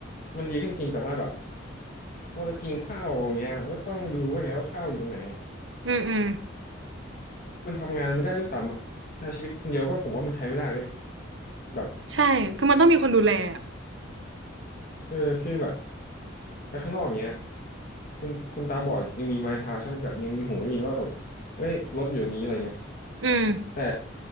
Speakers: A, on the left (about 50°); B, on the right (about 70°).
A: มันดีขึ้นจริงแต่ว่าแบบเราจะกินข้าวอย่างเงี้ยมันก็ต้องรู้อย่างเงี้ยว่าข้าวอยู่ตรงไหนอ่ะ
B: อืมอืม
A: มันทำงานไม่ได้ด้วยซ้ำอ่ะใช้ชีวิตคนเดียวก็ผมว่ามันใช้ไม่ได้เว้ยแบบ
B: ใช่คือมันต้องมีคนดูแลอะ
A: เออคือแบบ ไปข้างนอกเงี้ยคุณคนตาบอดยังมีไม้เท้าใช่ไหมแบบยังมีหูได้ยินว่าแบบเฮ้ยรถอยู่ตรงนี้อะไรเงี้ย
B: อืม
A: แต่